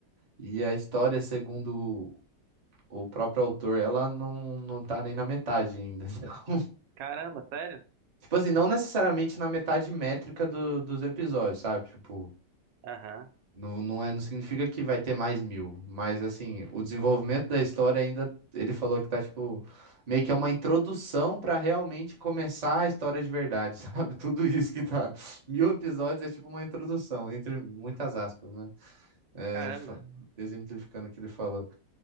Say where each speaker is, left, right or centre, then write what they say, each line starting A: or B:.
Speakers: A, on the right; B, on the right.
A: E a história, segundo o próprio autor, ela não, não tá nem na metade ainda. <laughs>
B: Caramba, sério?
A: Tipo assim, não necessariamente na metade métrica do- dos episódios, sabe? Tipo.
B: Aham.
A: Não, não é, não significa que vai ter mais mil, mas assim, o desenvolvimento da história ainda, ele falou que tá tipo, meio que é uma introdução pra realmente começar a história de verdade, <laughs> sabe? Tudo isso que tá, mil episódios é tipo uma introdução, entre muitas aspas, né? É,
B: Caramba,
A: fa- exemplificando o que ele falou.